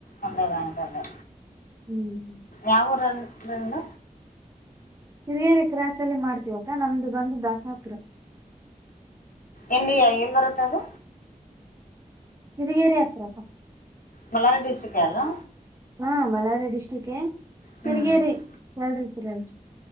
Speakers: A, on the left; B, on the right.
A: ಒಂದೇ ಬ್ಯಾಂಕ್ ಅಲ್ಲೇ.
B: ಹ್ಮ್
A: ಯಾವ ಊರು ನಿಮ್ ಫ್ರೆಂಡ್.
B: ಹಿರಿಯೇರಿ ಕ್ರಾಸ ಅಲ್ಲಿ ಮಾಡ್ತೀವಕ್ಕ ನಮ್ದು ಬಂದು ದಸಾಪುರ.
A: ಇಲ್ಲಿ ಏನ್ ಬರುತ್ತೆ ಅದು.
B: ತಿರುಗೇರಿ ಹತ್ರ.
A: ಬಳ್ಳಾರಿ ಡಿಸ್ಟಿಹೇ ಅಲ್ವಾ.
B: ಹಾ ಬಳ್ಳಾರಿ ಡಿಸ್ಟ್ರಿಕ್ಗೆ ಸಿಗೇರಿ
A: ಹ್ಞೂ
B: ಕೇಳೀರ್ತೀರಲ್.